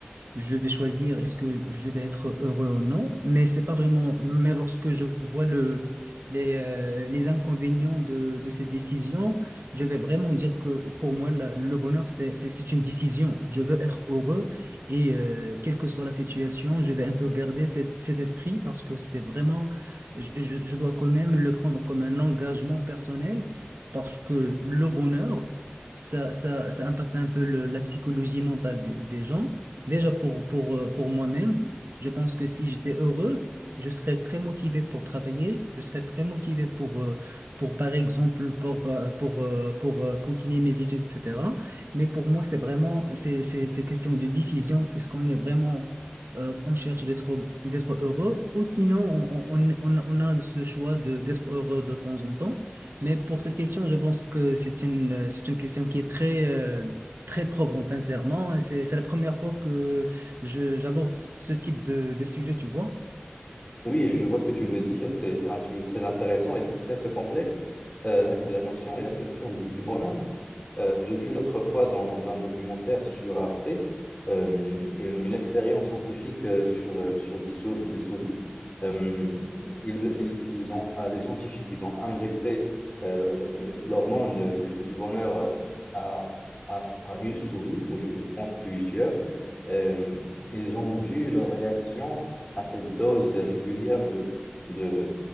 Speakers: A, on the right; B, on the left.
A: je vais choisir, est-ce que je vais être heureux ou non, mais c'est pas vraiment, mais lorsque je vois le les, euh, les inconvénients de, de cette décision, je vais vraiment dire que pour moi, la- le bonheur, c'est, c'est, c'est une décision. Je veux être heureux et euh, quelle que soit la situation, je vais un peu garder cet, cet esprit parce que c'est vraiment, je, je je dois quand même le prendre comme un engagement personnel parce que le bonheur, ça, ça, ça impacte un peu le- la psychologie mentale des, des gens. Déjà pour, pour, euh, pour moi-même, je pense que si j'étais heureux, je serais très motivé pour travailler, je serais très motivé pour, euh, pour par exemple, pour, euh, pour, euh, pour, euh, continuer mes études, etc. Mais pour moi, c'est vraiment, c'est, c'est, c'est question de décision. Est-ce qu'on est vraiment, euh, on cherche d'être, d'être heureux ou sinon, on, on, on on a ce choix de, d'être heureux de temps en temps. Mais pour cette question, je pense que c'est une, euh, c'est une question qui est très, euh, très probante, sincèrement. Et C'est, c'est la première fois que je, j'aborde ce type de, de sujet, tu vois.
B: Oui, je vois ce que tu veux dire. C'est, c'est un sujet très intéressant et très, très complexe, euh, la, la notion et la question du, du bonheur. Euh, j'ai vu l'autre fois dans un documentaire sur Arte, euh, une, une expérience scientifique euh, sur, euh, sur des, sou- des souris. Euh, ils, ils- ils ont, ah, les scientifiques, ils ont injecté euh, l'hormone euh, du bonheur euh, à, à, à une souris, ou je pense plusieurs. Euh, ils ont vu leur réaction à cette dose régulière de, de,